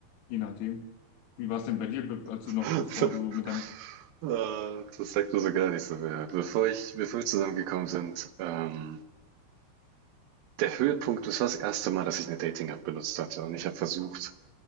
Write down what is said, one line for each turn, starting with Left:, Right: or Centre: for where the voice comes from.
Left: je nachdem. Wie war es denn bei dir, be- als du
Right: <laughs>
Left: noch, bevor du mit deiner...
Right: äh, das sagt mir so gar nicht so mehr. Bevor ich, bevor wir zusammengekommen sind, ähm, der Höhepunkt, das war das erste Mal, dass ich eine Dating-App benutzt hatte. Und ich habe versucht,